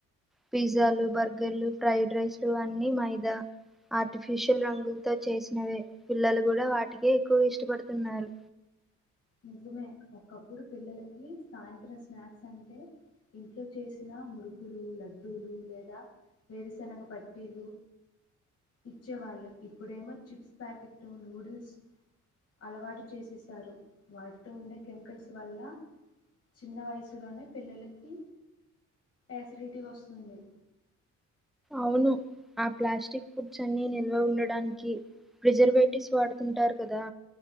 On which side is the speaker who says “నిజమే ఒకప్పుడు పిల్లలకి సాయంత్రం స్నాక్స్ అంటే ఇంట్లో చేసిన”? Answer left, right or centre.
Left